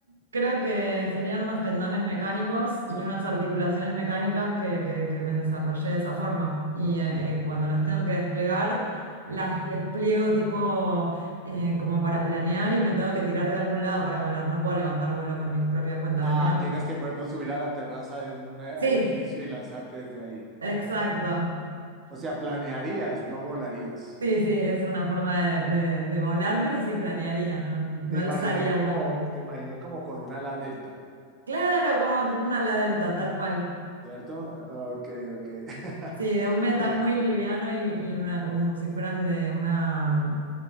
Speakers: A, on the right; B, on the right.
A: creo que serían unos tendones mecánicos y unas articulaciones
B: O-
A: mecánicas que, que- que me desarrollé de esa forma. Y eh, eh, cuando las tengo que desplegar, las despliego tipo eh, como para planear y me tengo que tirar de algún lado para volar. No puedo levantar vuelo por mi propia cuenta,
B: Ah,
A: ¿me entienden?
B: tienes que, por ejemplo, subir a la terraza de un eh,
A: Sí,
B: edificio y lanzarte desde ahí.
A: exacto.
B: O sea, planearías, no volarías.
A: Sí, sí, es una forma de, de- de volar, pero sí planearía, no, no
B: Te
A: alzaría
B: imaginé como,
A: el vuelo.
B: te imaginé como con un ala delta,
A: Claro, como tipo una ala delta, tal cual.
B: ¿cierto? Ok, ok. <laughs>
A: Sí, de un metal
B: Eh,
A: muy
B: sí,
A: liviano y, y una, como si fueran de una,